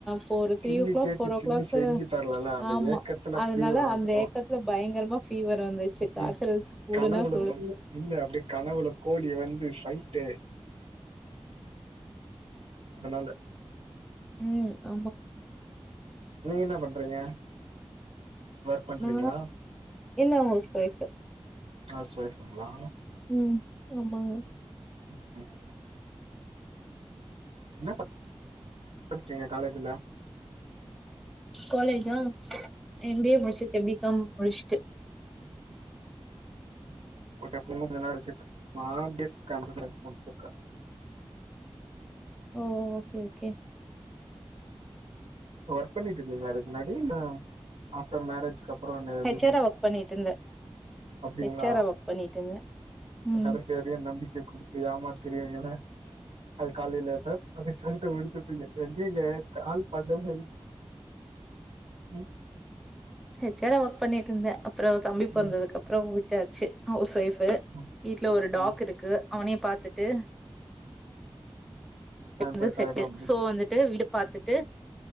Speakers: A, in the centre; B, on the right (about 75°).
A: போ
B: சில்லி
A: த்ரீ ஓ கிளாக்
B: கேட்டு
A: போர் ஓ
B: சில்லி
A: கிளாக்கு
B: செஞ்சு தரலல அந்த
A: ஆமா
B: ஏக்கத்துல
A: அதனால
B: ஃப்ரீ வருன்ட்டுதா
A: அந்த ஏக்கத்துல பயங்கரமா ஃபீவர் வந்துச்சு காய்ச்சல்
B: ம்
A: கூடுனா
B: கனவுல
A: சூடு
B: சொல் இல்ல அப்டியே கனவுல கோழி வந்து சை ட்டு அதனால
A: ம் ஆமா
B: நீங்க என்ன பண்றீங்க ஒர்க் பண்றீங்களா
A: நா என்ல்ல ஹவுஸ் வொஃப்
B: ஹவுஸ் வொய்ஃபுங்களா
A: ம் ஆமாங்க
B: ம் ம் என்ன ப படிச்சீங்க காலேஜ்ல
A: காலேஜா எம் பி ஏ முடிச்சிருக்க பி காம் முடிச்சிட்டு <inaudible>
B: ஓகே அப்ப இன்னோம் இதனார்ஜித் நா பி எஸ்ஸி கம்பியூட்டர் ச்சி முடிச்சிருக்கே
A: ஓ ஓகே ஓகே
B: ஒர்க் பண்ணிட்டு இருந்தீங்களா இதுக்கு முன்னாடி இல்ல ஆப்டர் மேரேஜ் கப்பறோ
A: ஹெச்ஆரா
B: ரிசைன்
A: வொர்க் பண்ணிட்டு இருந்தேன்.
B: அப்டிங்களா
A: ஹெச்ஆரா வொர்க் பண்ணிட்டு இருந்தேன். ம்.
B: கடைசியா ரீயென் நம்பிக்க குடுத்து ஏமாத்திரியங்களே ஐல் கால்யூ லேட்ர் அப்டி சொல்ட்டு முடிச்சுட்டீங்க எங்கே கால் பண்ணவேல்ல ம்
A: ஹெ ச் ஆரா ஒர்க் பண்ணிட்டு இருந்தே அப்புறோ தம்பிப் பொறந்ததுக்
B: ம்
A: அப்புறம் விட்டாச்சு ஹவ்ஸ் ஒய்ஃப் கு
B: ம்
A: வீட்ல ஒரு டாக்
B: ம்
A: இருக்கு அவனயு பாத்துட்டு
B: டைம்
A: வ
B: பாஸ்
A: து செட்டு
B: ஆயிடு அப்டின்னு
A: சோ வந்துட்டு வீடுப் பாத்துட்டு